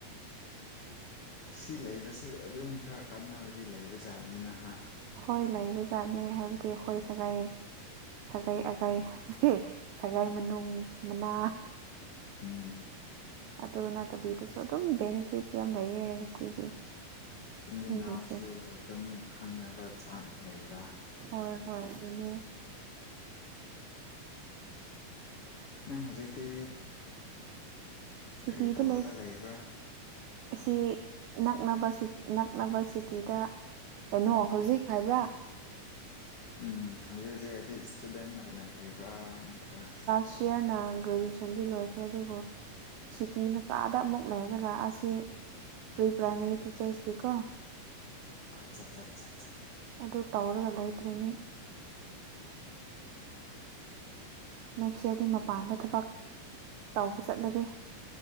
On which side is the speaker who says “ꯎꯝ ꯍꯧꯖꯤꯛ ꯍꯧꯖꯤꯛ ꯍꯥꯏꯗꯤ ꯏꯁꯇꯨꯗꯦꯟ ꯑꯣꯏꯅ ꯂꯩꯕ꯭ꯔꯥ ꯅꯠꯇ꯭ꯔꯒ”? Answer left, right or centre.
Left